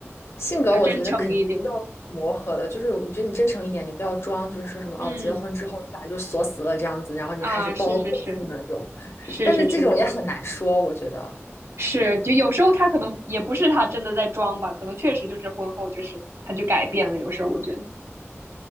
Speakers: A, on the left; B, on the right.
A: 性格，
B: 要真诚一点。
A: 我觉得肯定是需要磨合的。就是你觉得你真诚一点，你不要装，就是说什么哦，
B: 嗯，
A: 结了婚之后你俩就锁死了这样子，然后你就开始暴露本性的那种。
B: 啊，是是是是是是
A: 但是这种也很难说，我觉得。
B: 是，就有时候他可能也不是他真的在装吧，可能确实就是婚后就是他就改变了，有时候我觉得，